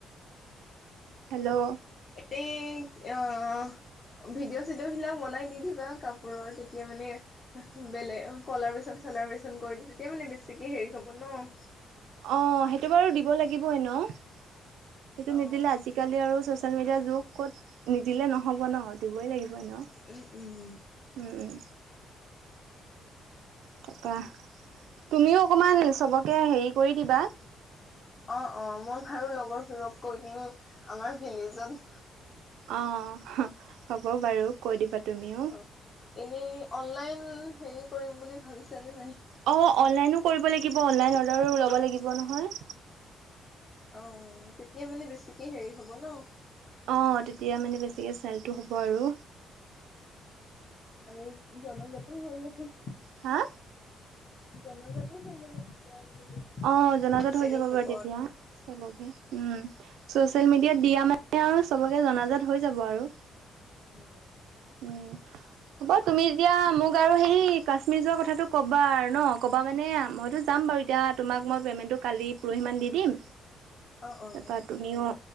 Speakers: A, on the right; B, on the left.
A: হেল্ল'
B: এই অ' অ'। ভিডিঅ'-চিডিঅ' বিলাক বনাই দি দিবা কাপোৰৰ তেতিয়া মানে বেলে অ' কলাব্ৰেচন- চলাব্ৰচন কৰিলে তেতিয়া মানে বেছিকে হেৰি হ'ব ন'।
A: অ' সেইটো বাৰু দিব লাগিব এনেও সেইটো
B: অ
A: নিদিলে আজি কালি আৰু ছ'চিয়েল মিডিয়াৰ যুগ ক'ত নিদিলে নহ'ব ন' দিবই লাগিব। ব এনেও
B: উম উম।
A: উম। তাপা তুমিও অকণমান চবকে হেৰি কৰি দিবা।
B: অ'অ' মই ভাৰু লগৰ <unintelligible> কৈ দিম আমাৰ ভিলেজত
A: অহ' হ'ব বাৰু। কৈ দিবা তুমিওঁ
B: অ'এনেই অনলাইন হেৰি কৰিম বুলি ভাবিছা নে নাই?
A: অ' অনলাইনো কৰিব লাগিব অনলাইন অৰ্ডাৰো ওলাব লাগিব নহয়।
B: অ'তেতিয়া মানে বেছিকে হেৰি হ'ব ন'।
A: অ'তেতিয়া মানে বেছিকে চেলটো হ'ব আৰু।
B: আৰু জনজাতো হৈ যাবো।
A: হা?
B: জনজাাতো হৈ যাব তেতিয়া আৰু মানে
A: অ' জনাজাত
B: নে কি চেল
A: হৈ যাব
B: হ'ব
A: বাৰু তেতিয়া চবকে উম, চচিয়েল মিডিয়াত দিয়া মানে আৰু চবকে জনাজাত হৈ যাব আৰু।
B: উম,
A: উম, হ'ব তুমি যেতিয়া মোক আৰু হেৰী কাশ্মীৰ যোৱা কথাটো কবা আৰু ন, ক'বা মানে মইতো যাম বাৰু এতিয়া তোমাক মই পেমেণ্টটো কালি পৰহিমান দি দিম
B: অ অ
A: তাপা তুমিও